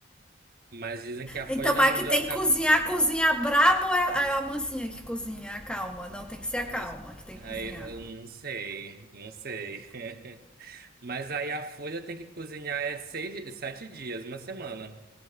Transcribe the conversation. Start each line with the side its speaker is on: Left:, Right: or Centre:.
Right: Mas dizem que a folha
Centre: Então,
Right: da
Centre: mas
Right: mandioca,
Centre: que tem que cozinhar, cozinhar brabo é é a mansinha que cozinha, a calma. Não, tem que ser
Right: elas-
Centre: a calma que tem
Right: aí
Centre: que cozinhar.
Right: eu não sei, não sei. <laughs> Mas aí a folha tem que cozinhar é seis, sete dias, uma semana.